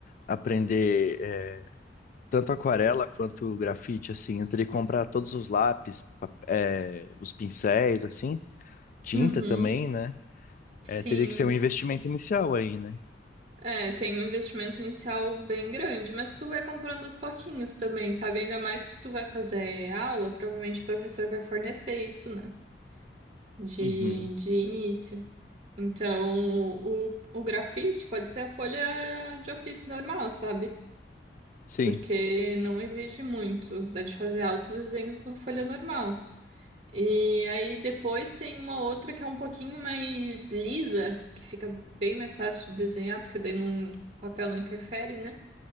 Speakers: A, on the left; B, on the right.
A: aprender é, tanto aquarela quanto grafite, assim? Eu teria que comprar todos os lápis, pa- é, os pincéis, assim, tinta
B: Uhum,
A: também, né?
B: sim.
A: É, teria que ser um investimento inicial aí, né?
B: É, tem um investimento inicial bem grande, mas tu vai comprando aos pouquinhos também, sabe? Ainda mais que tu vai fazer aula, provavelmente o professor vai fornecer isso, né? De,
A: Uhum,
B: de início. Então, o, o grafite pode ser a folha de ofício normal, sabe?
A: sim,
B: porque não exige muito, dá de fazer altos desenhos na folha normal. E aí depois tem uma outra que é um pouquinho mais lisa, que fica bem mais fácil de desenhar, porque daí não, o papel não interfere, né?